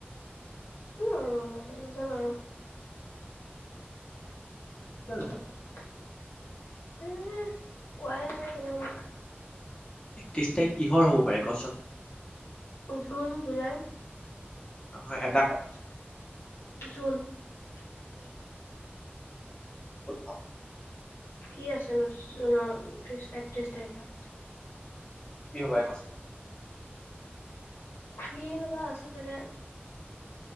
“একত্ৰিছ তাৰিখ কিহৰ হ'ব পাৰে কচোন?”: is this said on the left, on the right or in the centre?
Left